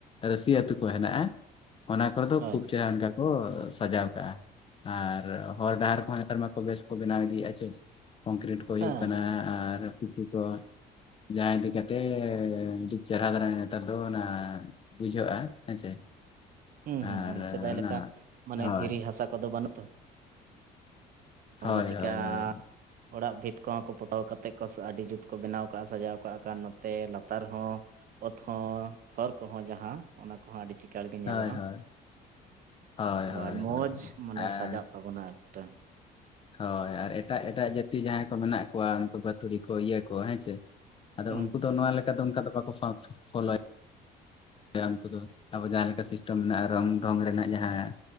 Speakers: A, on the left; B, on the right.
A: ᱨᱟᱹᱥᱥᱤᱟᱹ ᱟᱹᱛᱩ ᱠᱚ ᱦᱮᱱᱟᱜᱼᱟ᱾ ᱚᱱᱟ ᱫᱚ
B: ᱦᱳᱭ
A: ᱠᱷᱩᱵ ᱪᱮᱦᱨᱟ ᱠᱚ ᱥᱟᱡᱟᱣ ᱠᱟᱜᱼᱟ᱾ ᱟᱨ ᱦᱚᱨ ᱰᱟᱦᱟᱨ ᱠᱚᱦᱚᱸ ᱱᱮᱛᱟᱨ ᱢᱟ ᱵᱮᱥ ᱠᱚ ᱵᱮᱱᱟᱣ ᱤᱫᱤᱭᱮᱫᱼᱟ ᱪᱮ ᱠᱚᱝᱠᱨᱤᱴ ᱦᱩᱭᱩᱜ
B: ᱦᱮᱸ
A: ᱠᱟᱱᱟ ᱟᱨ ᱠᱤᱪᱷᱩ ᱠᱚ ᱡᱟᱦᱟᱸ ᱞᱮᱠᱟᱛᱮ ᱟᱹᱰᱤ ᱪᱮᱦᱨᱟ ᱫᱟᱨᱟ ᱱᱮᱛᱟᱨ ᱫᱚ ᱚᱱᱟ ᱵᱩᱡᱷᱟᱹᱜᱼᱟ ᱦᱮᱸᱥᱮ᱾
B: ᱦᱩᱸ ᱦᱩᱸ
A: ᱟᱨ
B: ᱦᱩᱸ ᱥᱮᱫᱟᱭ
A: ᱚᱱᱟ
B: ᱞᱮᱠᱟ ᱢᱟᱱᱮ
A: ᱦᱳᱭ
B: ᱫᱷᱤᱨᱤ ᱦᱟᱥᱟ ᱠᱚᱫᱚ ᱵᱟᱹᱱᱩᱜ ᱛᱚ,
A: ᱦᱳᱭ
B: ᱚᱱᱟ ᱪᱤᱠᱟ?
A: ᱦᱳᱭ ᱦᱳᱭ
B: ᱚᱲᱟᱜ ᱵᱷᱤᱛ ᱠᱚᱦᱚᱸ ᱠᱚ ᱯᱚᱛᱟᱣ ᱠᱟᱛᱮᱫ ᱠᱚ ᱟᱹᱰᱤ ᱡᱩᱛ ᱠᱚ ᱵᱮᱱᱟᱣ ᱠᱟᱜᱼᱟ ᱥᱟᱡᱟᱣ ᱠᱟᱜᱼᱟ ᱱᱚᱛᱮ ᱞᱟᱛᱟᱨ ᱦᱚᱸ᱾ ᱚᱛᱦᱚᱸ ᱦᱚᱨ ᱠᱚᱦᱚᱸ ᱡᱟᱦᱟᱸ ᱚᱱᱟ ᱠᱚᱦᱚᱸ ᱟᱹᱰᱤ ᱪᱤᱠ ᱮᱠᱟᱬ ᱜᱮ ᱧᱮᱞᱚᱜᱼᱟ
A: ᱦᱳᱭ ᱦᱳᱭ ᱦᱳᱭ
B: ᱟᱫᱚ
A: ᱦᱳᱭ
B: ᱟᱹᱰᱤ ᱢᱚᱡᱽ
A: ᱦᱳᱭ
B: ᱢᱟᱱᱮ
A: ᱟᱨ
B: ᱥᱟᱡᱟᱜ ᱛᱟᱵᱚᱱᱟ ᱮᱠᱴᱟ᱾
A: ᱦᱳᱭ ᱟᱨ ᱮᱴᱟᱜ ᱮᱴᱟᱜ ᱡᱟᱹᱛᱤ ᱡᱟᱦᱟᱸᱭ ᱠᱚ ᱢᱮᱱᱟᱜ ᱠᱚᱣᱟ ᱩᱱᱠᱩ ᱵᱟᱹᱛᱷᱩᱲᱤ ᱠᱚ ᱤᱭᱟᱹ ᱠᱚ ᱦᱮᱸ ᱥᱮ᱾ ᱟᱫᱚ
B: ᱦᱩᱸ
A: ᱩᱱᱠᱩ ᱫᱚ ᱱᱚᱶᱟ ᱞᱮᱠᱟ ᱫᱚ ᱚᱱᱠᱟ ᱫᱚ ᱵᱟᱠᱚ ᱯᱷᱚᱞᱳ ᱩᱱᱠᱩ ᱫᱚ ᱟᱵᱚ ᱡᱟᱦᱟᱸ ᱞᱮᱠᱟ ᱥᱤᱥᱴᱮᱢ ᱢᱮᱱᱟᱜᱼᱟ ᱨᱚᱝ ᱰᱷᱚᱝ ᱨᱮᱱᱟᱜ ᱡᱟᱦᱟᱸ᱾